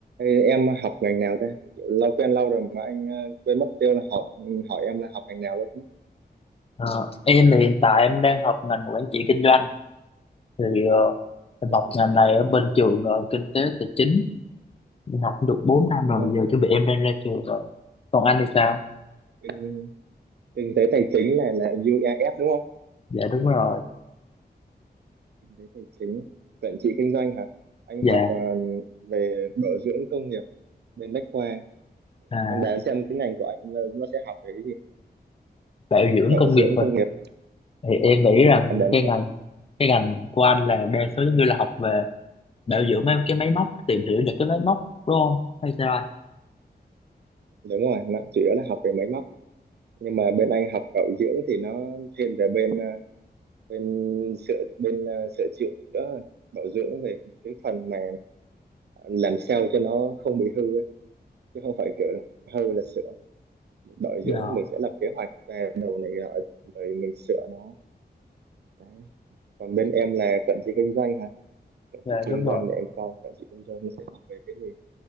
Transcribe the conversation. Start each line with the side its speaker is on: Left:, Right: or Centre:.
Right: Ê, em học ngành nào thế? Kiểu lâu quen lâu rồi mà anh ờ, quên mất tiêu là học ừ, hỏi em là học ngành nào luôn. á.
Left: Ờ, em thì hiện tại em đang học ngành quản trị kinh doanh thì ờ, em
Right: Vậy,
Left: học ngành này ở bên trường ờ, kinh tế tài chính em học cũng được bốn năm
Right: ờ,
Left: rồi giờ chuẩn bị em đang ra trường rồi còn anh thì sao
Right: kinh, kinh tế tài chính này là UEF đúng không?
Left: dạ đúng rồi
Right: Kinh tế tài chính, quản trị kinh doanh hả? Anh
Left: dạ
Right: học ờ, về bảo dưỡng công nghiệp bên Bách Khoa.
Left: à,
Right: Em đoán xem cái ngành của anh là nó sẽ học về cái gì?
Left: bảo dưỡng
Right: Bảo
Left: công
Right: dưỡng
Left: nghiệp rồi
Right: công nghiệp.
Left: thì em nghĩ
Right: Ừ,
Left: rằng
Right: em đoán
Left: cái
Right: xem.
Left: ngành cái ngành của anh là đa số giống như là học về bảo dưỡng mấy cái máy móc tìm hiểu những cái máy móc đúng không hay sao anh
Right: Đúng rồi, nó chủ yếu là học về máy móc. Nhưng mà bên anh học bảo dưỡng thì nó thiên về bên ờ, bên sửa bên ờ, sửa chữa bảo dưỡng về cái phần mà làm sao cho nó không bị hư ấy. chứ không phải kiểu hư là sửa bảo
Left: dạ
Right: dưỡng mình sẽ lập kế hoạch ra đầu này nọ rồi mình sửa nó đấy còn bên em là quản trị kinh doanh hả quản
Left: dạ
Right: trị kinh
Left: đúng rồi
Right: doanh để anh coi quản trị kinh doanh nó sẽ học về cái gì